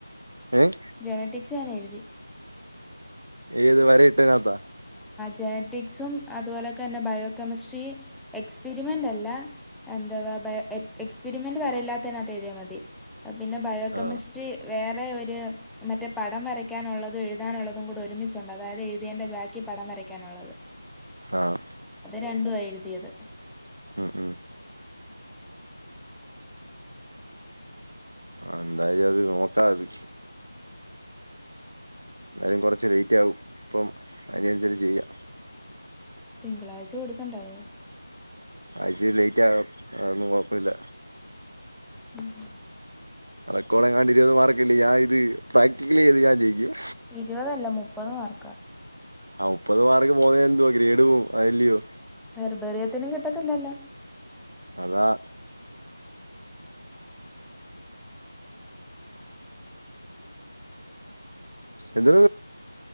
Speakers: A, on the right; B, in the centre.
A: ഏഹ്
B: ജനറ്റിക്സ് ഞാനെഴുതി
A: ഏത് വരെ ഇട്ടേനാത്ത
B: ജനറ്റിക്സും അതുപോലൊക്കെ തന്നെ ബയോകെമിസ്ട്രി എക്സ്പെരിമെന്റ് അല്ല എന്താവാ എക്സ്പെരിമെന്റ് വരെല്ലാത്തതിനകത്ത് എഴുതിയാ മതി പിന്നെ ബയോ കെമിസ്ട്രി
A: ആഹ്
B: വേറെ ഒരു മറ്റേ പടം വരയ്ക്കാനുള്ളതും എഴുതാനുള്ളതും കൂടെ ഒരുമിച്ചുണ്ട് അതായത് എഴുതിയതിൻ്റെ ബാക് ക്കിപടം വരയ്ക്കാനുള്ളത്
A: ആഹ്‌
B: രണ്ടുമാ എഴുതിയത്
A: ഉംഉം ആ എന്തായാലും അത് നോക്കാത് എന്നാലും കുറച്ച് ലേറ്റ് ആകും ഇപ്പം അതിനനുസരിച്ച് ചെയ്യാം
B: തിങ്കളാഴ്ച കൊടുക്കണ്ടായോ
A: ആതിച്ചി ലേറ്റ് ആകും അതൊന്നും കൊഴപ്പുല്ല
B: <inaudible>
A: റെക്കോ ഡെങ്ങാണ്ട് ഇരുപത് മാർക്കറ്റല്ല ഞാനിത് പ്രാക്ടിക്കല് ചെയ്ത് ഞാൻ ജയിക്കും
B: ഇരുവതല്ല മുപ്പത് മാർക്കാ
A: ആ മുപ്പത് മാർക് പോന്നേ എന്തുവാ ഗ്രേഡ് പോവും അതല്യോ
B: ർബേറിയത്തിനും കിട്ടത്തില്ലല്ല
A: അതാ ഇത്